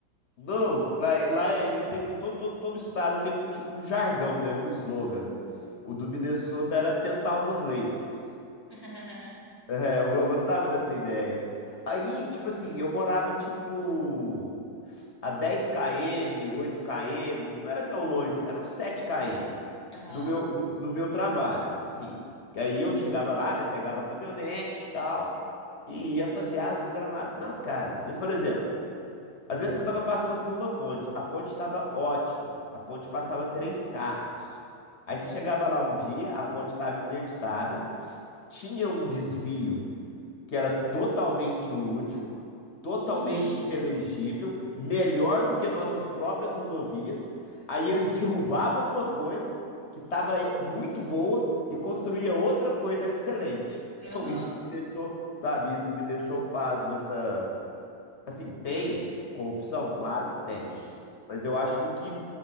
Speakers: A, on the left (about 55°); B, on the left (about 20°).
A: Não, lá, lá eles têm um. Todo, todo, todo estado tem um tipo um jargão, né? Um slogan. O do Minnesota era Ten Thousand Lakes.
B: <laughs>
A: É, eu go- gostava dessa ideia. Aí, tipo assim, eu morava tipo a dez km, oito km, não era tão longe, eram sete km
B: Aham.
A: do meu, do, do meu trabalho, assim. Que aí eu chegava lá, né, pegava a caminhonete e tal, e ia fazer as- os gramados nas casas. Mas, por exemplo, às vezes você estava passando assim numa ponte, a ponte estava ótima, a ponte passava três carros. Aí você chegava lá um dia, a ponte estava interditada, tinha um desvio que era totalmente lúdico, totalmente
B: Uhum.
A: inteligível, melhor do que nossas próprias rodovias. Aí eles derrubavam uma coisa que estava muito boa e construía outra coisa excelente.
B: Aham.
A: Então isso me deixou, sabe, isso me deixou pasmo essa, assim, tem corrupção, claro que tem.
B: Sim.
A: Mas eu acho que o que,